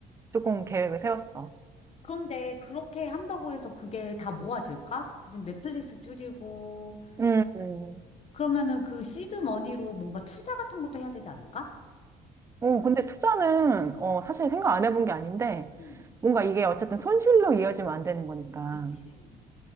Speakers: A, on the right (about 15°); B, on the left (about 40°).
A: 조금 계획을 세웠어.
B: 그런데 그렇게 한다고 해서 그게 다 모아질까? 지금 넷플릭스 줄이고,
A: 음, 음.
B: 그러면은 그 시드 머니로 뭔가 투자 같은 것도 해야 되지 않을까?
A: 어, 근데 투자는,
B: 음,
A: 어, 사실 생각 안 해본 게 아닌데,
B: 음,
A: 뭔가 이게 어쨌든 손실로 이어지면 안 되는 거니까.
B: 그치,